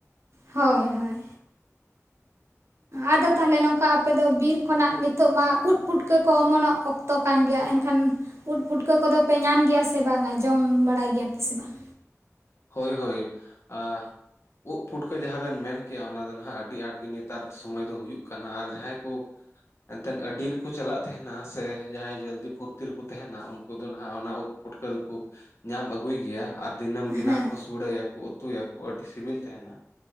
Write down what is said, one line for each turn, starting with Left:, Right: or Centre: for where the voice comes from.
Right: ᱦᱳᱭ ᱦᱳᱭ᱾ ᱟᱫᱚ ᱛᱟᱦᱞᱮ ᱱᱚᱝᱠᱟ ᱟᱯᱮ ᱫᱚ ᱵᱤᱨ ᱠᱷᱚᱱᱟᱜ ᱱᱤᱛᱚᱜ ᱢᱟ ᱩᱫ ᱯᱩᱴᱠᱟᱹ ᱠᱚ ᱚᱢᱚᱱᱚᱜ ᱚᱠ ᱛᱚ ᱠᱟᱱ ᱜᱮᱭᱟ᱾ ᱮᱱᱠᱷᱟᱱ ᱩᱫ ᱯᱩᱴᱠᱟᱹ ᱠᱚᱫᱚ ᱯᱮ ᱧᱟᱢ ᱜᱮᱭᱟ ᱥᱮ ᱵᱟᱝᱟ, ᱡᱚᱢ ᱵᱟᱲᱟᱭ ᱜᱮᱭᱟ ᱯᱮ ᱥᱮ ᱵᱟᱝ?
Left: ᱦᱳᱭ ᱦᱳᱭ ᱟ ᱩᱜ ᱯᱩᱴᱠᱟᱹ ᱡᱟᱦᱟᱸ ᱵᱮᱱ ᱢᱮᱱ ᱠᱮᱜᱼᱟ ᱚᱱᱟ ᱫᱚ ᱱᱟᱦᱟᱜ ᱟᱹᱰᱤ ᱟᱸᱴ ᱜᱮ ᱱᱮᱛᱟᱨ ᱥᱚᱢᱚᱭ ᱫᱚ ᱦᱩᱭᱩᱜ ᱠᱟᱱᱟ ᱟᱨ ᱡᱟᱦᱟᱸᱭ ᱠᱚ ᱮᱱᱛᱮᱫ ᱟᱹᱰᱤ ᱨᱮᱠᱚ ᱪᱟᱞᱟᱜ ᱛᱮᱦᱮᱱᱟ ᱥᱮ ᱡᱟᱦᱟᱸᱭ ᱡᱚᱞᱫᱤ ᱯᱷᱩᱨᱛᱤ ᱨᱮᱠᱚ ᱛᱮᱦᱮᱱᱟ ᱩᱱᱠᱩ ᱫᱚ ᱱᱟᱦᱟᱜ ᱚᱱᱟ ᱩᱜ ᱯᱩᱴᱠᱟᱹ ᱫᱚᱠᱚ ᱧᱟᱢ ᱟᱹᱜᱩᱭ ᱜᱮᱭᱟ᱾ ᱟᱨ ᱫᱤᱱᱟᱹᱢ ᱜᱮ
Right: ᱦᱮᱸ
Left: ᱱᱟᱦᱟᱜ ᱠᱚ ᱥᱩᱲᱟᱹᱭᱟᱠᱚ ᱩᱛᱩᱭᱟᱠᱚ ᱟᱹᱰᱤ ᱥᱤᱵᱤᱞ ᱛᱟᱸᱦᱮᱱᱟ᱾